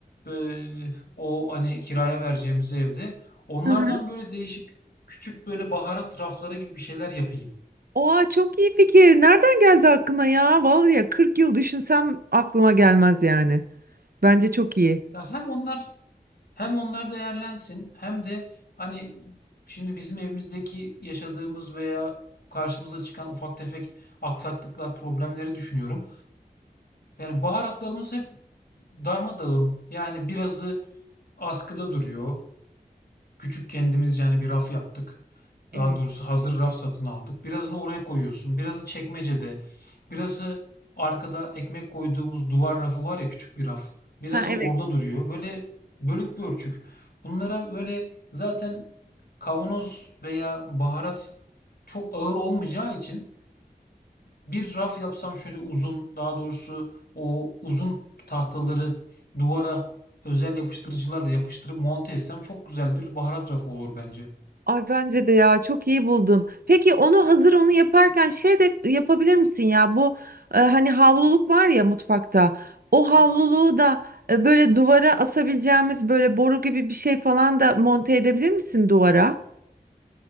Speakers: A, on the left (about 75°); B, on the right (about 70°).
A: Ee, o hani kiraya vereceğimiz evde. Onlardan
B: Hı hı.
A: böyle değişik küçük böyle baharat rafları gibi bir şeyler yapayım.
B: Oha çok iyi fikir. Nereden geldi aklına ya? Vallahi ya 40 yıl düşünsem aklıma gelmez yani. Bence çok iyi.
A: Ya hem onlar Hem onlar değerlensin hem de, hani, şimdi bizim evimizdeki yaşadığımız veya karşımıza çıkan ufak tefek aksaklıklar, problemleri düşünüyorum. Yani baharatlarımız hep darmadağın. Yani birazı askıda duruyor, Küçük kendimizce hani bir raf yaptık.
B: Evet.
A: Daha doğrusu hazır raf satın aldık. Birazını oraya koyuyorsun. Birazı çekmecede. Birazı arkada ekmek koyduğumuz duvar rafı var ya küçük bir raf. Birazı
B: Ha evet.
A: orada duruyor. Böyle bölük pörçük. Bunlara böyle zaten kavanoz veya baharat çok ağır olmayacağı için bir raf yapsam şöyle uzun, daha doğrusu o uzun tahtaları duvara özel yapıştırıcılarla yapıştırıp monte etsem çok güzel bir baharat rafı olur bence.
B: Ay bence de ya çok iyi buldun. Peki onu hazır onu yaparken şey de yapabilir misin ya bu e, hani havluluk var ya mutfakta. O havluluğu da e, böyle duvara asabileceğimiz böyle boru gibi bir şey falan da monte edebilir misin duvara?